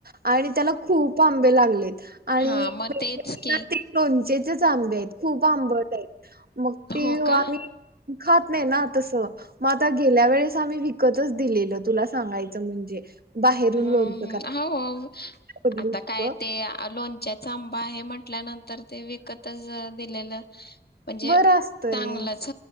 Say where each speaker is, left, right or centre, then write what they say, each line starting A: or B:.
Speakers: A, on the right (about 60°); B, on the left (about 65°).
A: आणि त्याला खूप आंबे लागलेत. आणि
B: हा मग
A: ते
B: तेच की
A: लोणचेचेच आंबे आहेत खूप आंबट आहेत मग ते
B: हो का
A: आम्ही खात नाही ना तस मग आता गेल्या वेळेस आम्ही विकतच दिलेलं तुला सांगायचं म्हणजे बाहेरून
B: ह
A: लोणचं करायला
B: हो
A: बदलू
B: आता
A: इतकं
B: काय ते लोणच्याच आहे म्हटल्यानंतर ते विकतच दिलेलं. म्हणजे
A: बरं असतंय
B: चांगलंच.